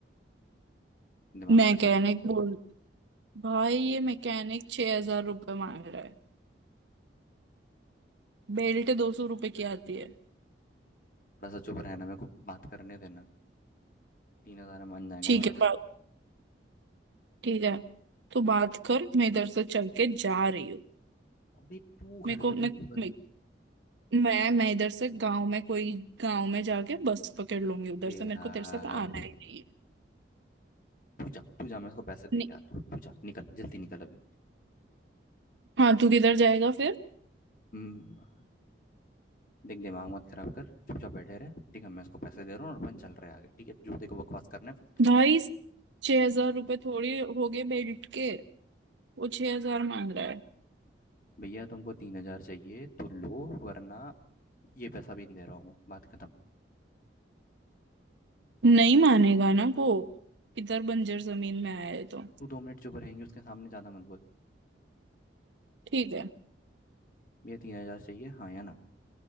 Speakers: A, on the left; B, on the right.
A: दिमाग
B: मैकेनिक
A: खाती रहती है जब
B: बोल
A: तक
B: भाई ये मैकेनिक छह हजार रुपये मांग रहा है बेल्ट दो सौ रुपए की आती है
A: थोड़ा सा चुप रहना मेरे को बात करने देना तीन हजार में मान जाएंगे
B: ठीक
A: वो आराम
B: है
A: से
B: बात ठीक है तो बात कर मैं इधर से चल के जा रही हूँ
A: अबे तू
B: मेरे
A: हरकतें
B: को मैं
A: क्यों कर
B: मैं मैं मैं इधर से गांव में कोई गांव में जाके बस पकड़ लूंगी
A: अरे
B: उधर से
A: यार
B: मेरे को तेरे साथ आना ही नहीं है
A: तू जा तू जा मैं उसको पैसे
B: नहीं,
A: दे के आता हूँ तू जा निकल जल्दी निकल अभी
B: हाँ तू किधर जाएगा फिर
A: हम्म, देख दिमाग मत खराब कर चुपचाप बैठे रहे ठीक है मैं उसको पैसे दे रहा हूँ और अपन चल रहे हैं आगे ठीक है जो देखो बकवास करना है
B: ढाई
A: फिर
B: छह हजार रुपये थोड़ी हो गए बेल्ट के वो छह हजार मांग रहा है
A: भैया तुमको तीन हजार चाहिए तो लो वरना ये पैसा भी नहीं दे रहा हूँ मैं बात खत्म
B: नहीं मानेगा ना वो इधर बंजर जमीन में आया है तो
A: तू दो मिनट चुप रहेंगी उसके सामने ज़्यादा मत बोल
B: ठीक है
A: भैया तीन हजार चाहिए हाँ या ना